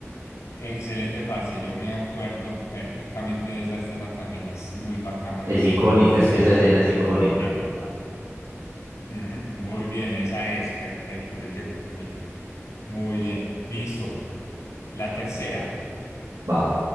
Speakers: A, on the left; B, on the right.
A: Excelente, parce. Yo me acuerdo perfectamente de esa escena también. Es muy bacana,
B: Es
A: weón.
B: icónica,
A: Uf.
B: es que esa escena es icónica.
A: Épica. Ujú, Muy bien, esa es. Perfecto, lo hice por mí. Muy bien. Listo. La tercera.
B: Va,